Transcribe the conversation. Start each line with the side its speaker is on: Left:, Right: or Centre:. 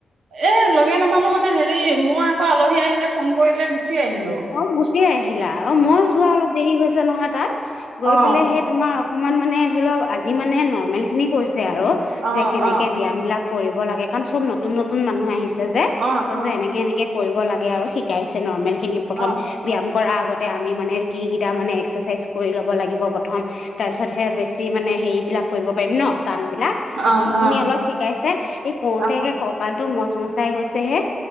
Right: এ লগে নেপালো মানে হেৰি মই আকৌ আলহী আহিলে ফোন কৰিলে গুচি আহিলো।
Left: অ গুচি আহিলা অ ময়ো যোৱা অলপ দেৰি হৈছে নহয় তাত
Right: অ',
Left: গৈ পেলাই সেই তোমাৰ অকমান মানে ধৰি লওক আজি মানে নৰ্মেল খিনি কৈছে আৰু
Right: অ',
Left: যে কেনেকে
Right: অ',
Left: ব্যায়াম বিলাক কৰিব লাগে কাৰণ চব নতুন নতুন মানুহ আহিছে যে
Right: অ',
Left: কৈছে
Right: অ',
Left: এনেকে এনেকে কৰিব লাগে আৰু শিকাইছে নৰ্মেলখিনি প্ৰথম
Right: অ', অ',
Left: ব্যায়াম কৰাৰ আগতে আমি মানে কিকিটা মানে এক্সাৰচাইজ কৰি ল'ব লাগিব প্ৰথম তাৰ পিছতহে বেছি সেইবিলাক কৰিব পাৰিম ন টান বিলাক
Right: অ',
Left: সেইখিনি
Right: অ',
Left: অলপ শিকাইছে এই কৰোতে
Right: অ',
Left: একে ককালটো মচাই গৈছেহে।